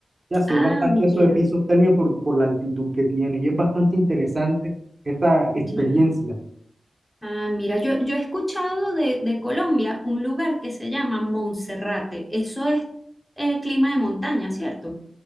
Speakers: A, on the right; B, in the centre.
A: Ya se
B: Ah,
A: ve bastante
B: mira,
A: eso de pisos térmicos por, por la altitud que tiene y es bastante interesante esta experiencia.
B: ya. Ah, mira, yo, yo he escuchado de, de Colombia un lugar que se llama Monserrate. Eso es eh, clima de montaña, ¿cierto?